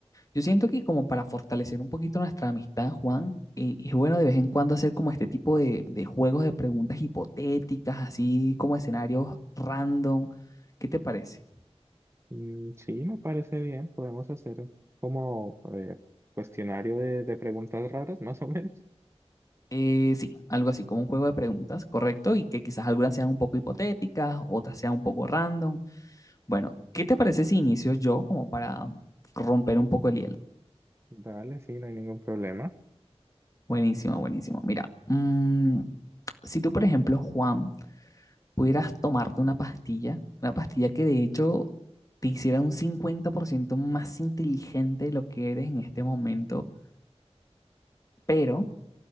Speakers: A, on the left; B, on the right.
A: yo siento que como para fortalecer un poquito nuestra amistad, Juan, eh, es bueno de vez en cuando hacer como este tipo de, de juegos de preguntas hipotéticas, así como escenarios random. ¿Qué te parece?
B: Mm, sí, me parece bien, podemos hacer como a ver, cuestionario de, de preguntas raras, <laughs> más o menos.
A: Eh, sí, algo así como un juego de preguntas, correcto, y que quizás algunas sean un poco hipotéticas, otras sean un poco random. Bueno, ¿qué te parece si inicio yo como para romper un poco el hielo?
B: Dale, sí, no hay ningún problema.
A: Buenísimo, buenísimo. Mira, mm, si tú, por ejemplo, Juan, pudieras tomarte una pastilla, una pastilla que de hecho te hiciera un 50% más inteligente de lo que eres en este momento, pero